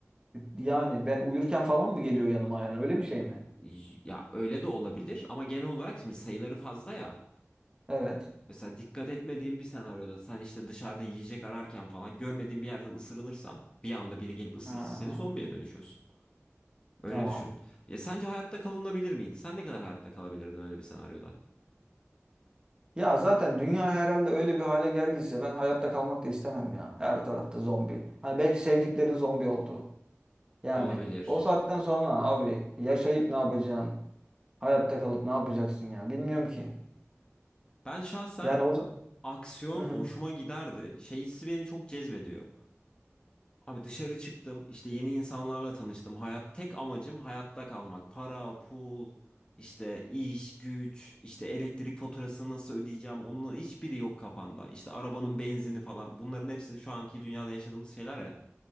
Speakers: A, on the right (about 20°); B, on the left (about 20°).
A: Yani ben uyurken falan mı geliyor yanıma yani? Öyle bir şey mi?
B: Y- Ya öyle de olabilir ama genel olarak şimdi sayıları fazla ya.
A: Evet.
B: Mesela dikkat etmediğin bir senaryoda sen işte dışarıda yiyecek ararken falan görmediğin bir yerden ısırılırsan bir anda biri gelip ısırırsa
A: Ha,
B: seni zombiye dönüşüyorsun. Öyle
A: tamam.
B: düşün. Ya sence hayatta kalınabilir miydi? Sen ne kadar hayatta kalabilirdin öyle bir senaryoda?
A: Ya zaten dünya herhalde öyle bir hale geldiyse ben hayatta kalmak da istemem ya. Her tarafta zombi. Hani belki sevdiklerin zombi oldu. Yani
B: Olabilir.
A: o saatten sonra abi yaşayıp ne yapacaksın? Hayatta kalıp ne yapacaksın ya? Bilmiyorum ki.
B: Ben şahsen
A: Yani o zaman.
B: aksiyon
A: Hı hı.
B: hoşuma giderdi. Şey beni çok cezbediyor. Abi dışarı çıktım, işte yeni insanlarla tanıştım. Hayat tek amacım hayatta kalmak. Para, pul, işte iş, güç, işte elektrik faturasını nasıl ödeyeceğim onun hiçbiri yok kafanda. İşte arabanın benzini falan. Bunların hepsini şu anki dünyada yaşadığımız şeyler ya.